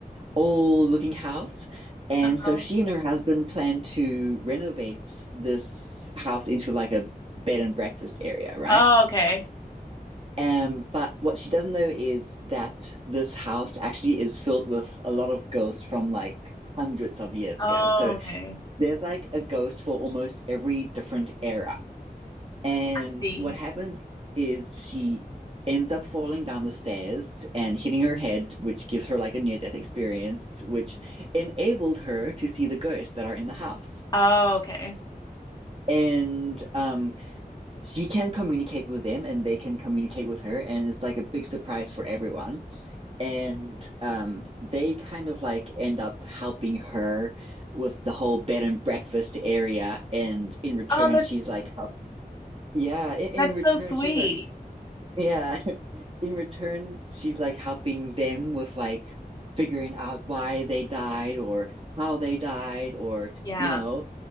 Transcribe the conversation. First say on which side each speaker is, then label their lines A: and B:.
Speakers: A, on the right; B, on the left.
A: old looking house. And
B: Uh-huh.
A: so she and her husband plan to renovate this house into like a bed and breakfast area, right?
B: Oh, okay.
A: Um, but what she doesn't know is that this house actually is filled with a lot of ghosts from like hundreds of years
B: Oh,
A: ago. So
B: okay.
A: there's like a ghost for almost every different era. And
B: I see.
A: what happens is she ends up falling down the stairs and hitting her head, which gives her like a near-death experience, which enabled her to see the ghosts that are in the house.
B: Oh, okay.
A: And um, she can communicate with them, and they can communicate with her, and it's like a big surprise for everyone. And um, they kind of like end up helping her with the whole bed and breakfast area. And in return,
B: Oh, that's
A: she's like, help- yeah, in, in
B: That's
A: return,
B: so sweet.
A: she's like, yeah. in return, she's like helping them with like figuring out why they died or how they died or,
B: Yeah.
A: you know,